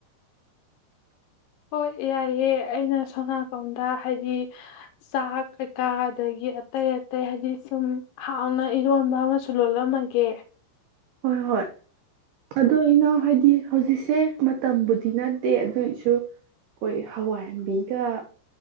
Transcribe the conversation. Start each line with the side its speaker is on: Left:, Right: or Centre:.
Left: ꯍꯣꯏ ꯌꯥꯏꯑꯦ ꯑꯩꯅ ꯁꯣꯅꯥꯀꯣꯡꯗ ꯍꯥꯏꯗꯤ ꯆꯥꯛ ꯀꯩꯀꯥ ꯑꯗꯒꯤ ꯑꯇꯩ ꯑꯇꯩ ꯍꯥꯏꯕꯗꯤ ꯁꯨꯝ ꯍꯥꯎꯅ ꯏꯔꯣꯟꯕ ꯑꯃꯁꯨ ꯂꯣꯜꯂꯝꯃꯒꯦ
Right: ꯍꯣꯏ ꯍꯣꯏ ꯑꯗꯨ ꯏꯅꯥꯎ ꯍꯥꯏꯗꯤ ꯍꯧꯖꯤꯛꯁꯦ ꯃꯇꯝꯕꯨꯗꯤ ꯅꯠꯇꯦ ꯑꯗꯨꯏꯁꯨ ꯑꯩꯈꯣꯏ ꯍꯋꯥꯏꯟꯕꯤꯒ